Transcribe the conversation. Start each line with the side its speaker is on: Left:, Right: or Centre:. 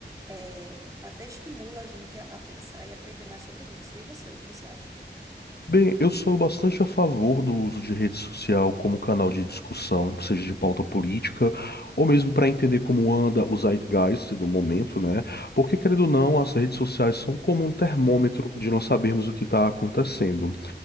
Right: é, até estimula a gente a, a pensar e aprender mais sobre isso. E você, o que você acha?
Left: Bem, eu sou bastante a favor do uso de rede social como canal de discussão, seja de pauta política, ou mesmo para entender como anda o zeitgeist do momento, né? Porque, querendo ou não, as redes sociais são como um termômetro de nós sabermos o que está acontecendo.